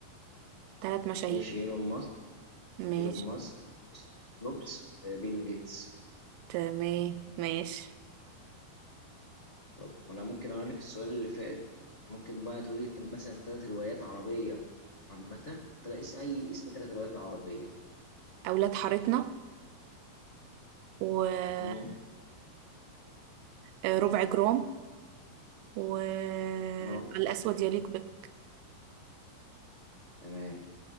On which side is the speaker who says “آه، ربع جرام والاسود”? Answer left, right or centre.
Right